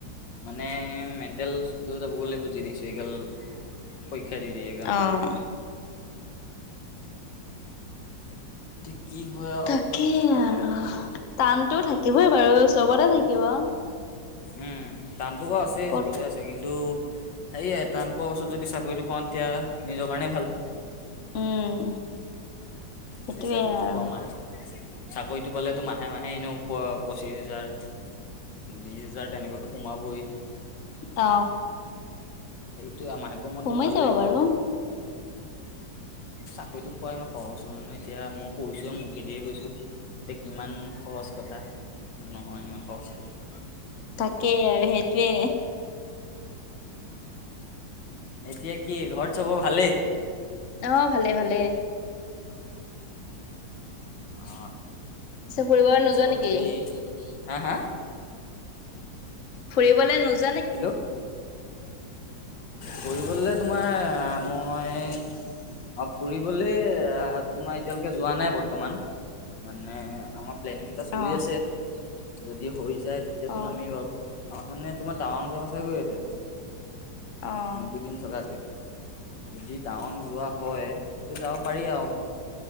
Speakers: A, on the left (about 75°); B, on the left (about 50°).
A: মানে মেণ্টেল হস্পিতল যাব গৈ লাগিব যি দেখিছো এইগাল কৈক পৰীক্ষা দি দি এক্সাম
B: অ'।
A: দি দি। এতিয়া কি হয় আৰু
B: তাকেই আৰু। টানতো থাকিবই বাৰু চবতে থাকিব।
A: উম, টানতো বাৰু আছেই
B: ক'ত
A: চবতে আছে। কিন্তু ন্তু সেয়াই টান পোৱা পাছত যদি চাকৰিটো পাওঁ, তেতিয়া নিজৰ কাৰণে ভাল।
B: উম। সেইটোৱে
A: যদি চাকৰিটো
B: আৰু
A: পোৱা মাহে চাকৰিটো পালেতো মাহে মাহে এনেও প পঁচিশ হেজাৰ বিশ হাজাৰ তেনেকেটো সোমাবই।
B: অ।
A: সেইটোৱে মাহেকৰ মূৰটো
B: সোমাই
A: ভাল
B: যাব
A: লাগিব।
B: বাৰু।
A: চাকৰিটো পোৱা ইমান সহজ নহয় নহয় এতিয়া মই কৈছো মুখেদিহে কৈছো। এতিয়া কিমান সহজ কথা, নহয় সহজ কথা।
B: তাকেই আৰু সেইটোৱে,
A: এতিয়া কি ঘৰত চবৰ ভালেই?
B: অ, ভালে ভালেই।
A: অ,
B: পিছে ফুৰিব
A: মোৰ
B: নোযোৱা নেকি?
A: ভালেই। হা হা।
B: ফুৰিবলে নোযো
A: হেল্ল' ফুৰিবলে তোমাৰ মই অ ফুৰিবলে, আ তোমাৰ এতিয়ালেকে যোৱা নাই বৰ্তমান। মানে, আমাক প্লেনিং এটা চলি
B: অ',
A: আছে। যদি হৈ যায় তেতিয়াতো
B: অ',
A: যামেই বাৰু। আমাৰ মানে তোমাৰ টাৱাং যোৱা কথাই কৈ আছে।
B: অ',
A: দুদিন থকাকে যদি টাৱং যোৱা হয়, তেতিয়া যাব পাৰি আৰু।